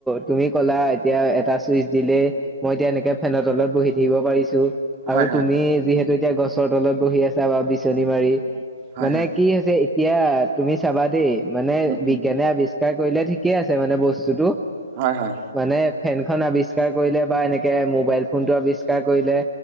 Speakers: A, in the centre; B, on the right.
A: তুমি ক'লা এতিয়া এটা চুইচ দিলে মই এতিয়া এনেকে ফেনৰ তলত বহি থাকিব পাৰিছো।
B: হয়
A: আৰু
B: হয়
A: তুমি যিহেতু এতিয়া গছৰ তলত বহি আছা বা বিচনী মাৰি
B: হয়
A: মানে
B: হয়
A: কি হৈছে এতিয়া তুমি চাবা দেই মানে
B: উম উম
A: বিজ্ঞানে আবিষ্ কাৰ কৰিলে ঠিকে আছে মানে বস্তুতটো।
B: হয়, হয়।
A: মানে ফেনখন আৱিষ্কাৰ কৰিলে বা এনেকে মোবাইল ফোন টো আৱিষ্কাৰ কৰিলে